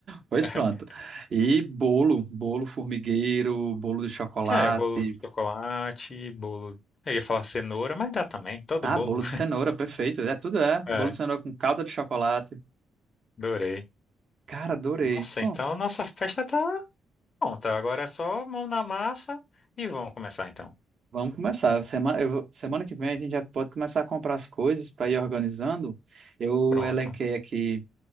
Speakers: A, on the right; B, on the left.
A: Pois
B: <laughs>
A: pronto. E bolo, bolo formigueiro, bolo de chocolate.
B: É, bolo de chocolate, bolo. Eu ia falar cenoura, mas dá também, todo
A: Ah,
B: bolo.
A: bolo de cenoura, perfeito. É tudo
B: <laughs>
A: é.
B: É,
A: Bolo de cenoura com calda de chocolate.
B: adorei.
A: Cara, adorei.
B: Nossa,
A: Bom,
B: então a nossa festa tá pronta. Agora é só mão na massa e vamos começar então.
A: vamos começar. Semana, eu vou- semana que vem a gente já pode começar a comprar as coisas para ir organizando. Eu
B: Pronto.
A: elenquei aqui